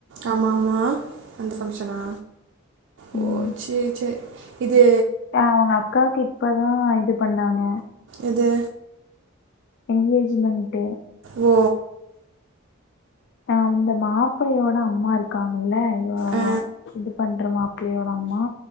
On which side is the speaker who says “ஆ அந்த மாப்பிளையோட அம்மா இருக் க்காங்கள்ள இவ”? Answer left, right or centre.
Left